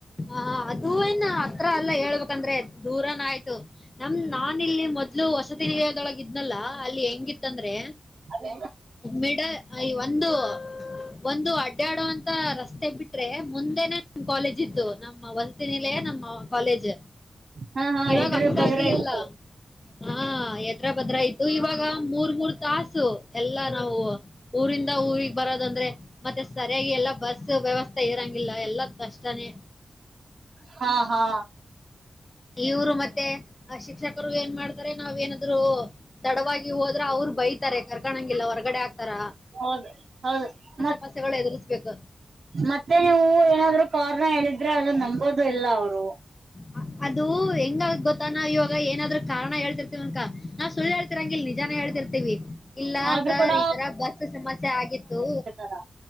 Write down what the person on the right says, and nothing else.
ಹಾ
ಹಾ ಹಾ
ಎದ್ರ
ಬದ್ರ
ಇತ್ತು
ಹಾ ಹಾ
ಅದ ಹೌದು ಮ
ಮತ್ತೆ ನೀವು ಏನಾದ್ರು ಕಾರ್ಣಾ ಹೇಳಿದ್ರ ಅದನ್ನ ನಂಬೋದು ಇಲ್ಲ ಅವ್ರು.
ಆದ್ರೂ
ಕೂಡ
ತಾ